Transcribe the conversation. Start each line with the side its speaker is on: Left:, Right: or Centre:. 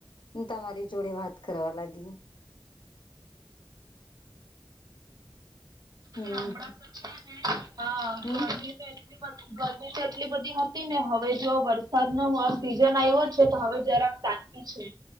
Left: તમારી જોડે વાત કરવા લાગી. હમ
Right: ામડા તો છે ને હ
Left: હમ
Right: ગરમી તો એટલી બ ગરમી તો એટલી બધી હતી ને હવે જો વરસાદ ન સિઝન આવ્યો છે તો હવે જરાક શાંતિ છે.